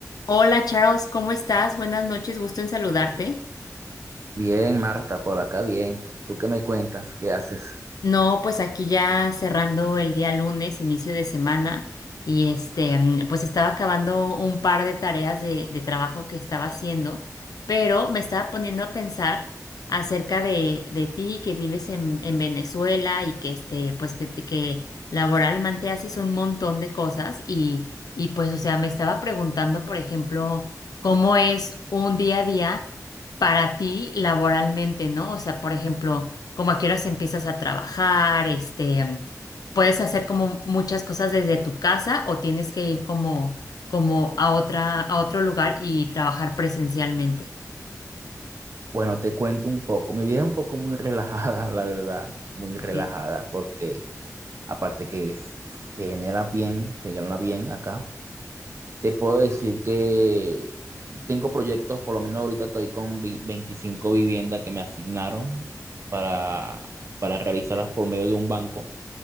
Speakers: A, on the left (about 85°); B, on the right (about 50°).
A: Hola Charles, ¿cómo estás? Buenas noches, gusto en saludarte.
B: Bien, Marta, por acá bien. ¿Tú qué me cuentas? ¿Qué haces?
A: No, pues aquí ya cerrando el día lunes, inicio de semana, y este, mm, pues estaba acabando un par de tareas de, de trabajo que estaba haciendo, pero me estaba poniendo a pensar acerca de, de ti que vives en, en Venezuela y que este, pues que, que laboralmente haces un montón de cosas y, y pues, o sea, me estaba preguntando, por ejemplo, cómo es un día a día para ti laboralmente, ¿no? O sea, por ejemplo, como a qué horas empiezas a trabajar, este, em, puedes hacer como muchas cosas desde tu casa o tienes que ir como, como a otra, a otro lugar y trabajar presencialmente.
B: Bueno, te cuento un poco. Mi vida es un poco muy relajada, <laughs> la verdad, muy relajada,
A: Ok,
B: porque aparte que f- se genera bien, se genera bien acá. Te puedo decir que tengo proyectos, por lo menos ahorita estoy con vi- 25 viviendas que me asignaron para, para realizarlas por medio de un banco.